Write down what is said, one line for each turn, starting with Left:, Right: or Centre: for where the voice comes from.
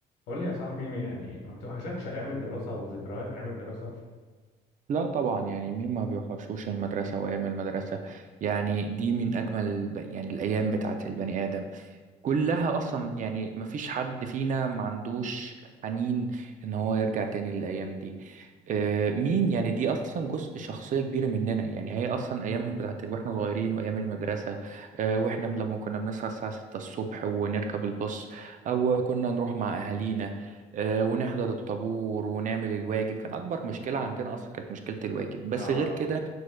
Left: قول لي يا صاحبي يعني ما بتوحشكش ايام الدراسه وذكريات ايام الدراسه
Right: لا طبعا يعني مين ما بيوحشوش المدرسة وأيام المدرسة يعني دي من أجمل ب- يعني الأيام بتاعت البني آدم كلها اصلا يعني مفيش حد فينا ما عندوش حنين ان هو يرجع تاني للايام دي آه، مين يعني دي اصلا جزء شخصيه كبيره مننا يعني هي اصلا ايام بتاعت واحنا صغيرين وايام المدرسه آه، واحنا لما كنا بنصحى الساعه 6 الصبح ونركب الباص او كنا نروح مع اهالينا آه، ونحضر الطابور ونعمل الواجب كان اكبر مشكله عندنا اصلا كانت مشكله الواجب بس
Left: اه
Right: غير كده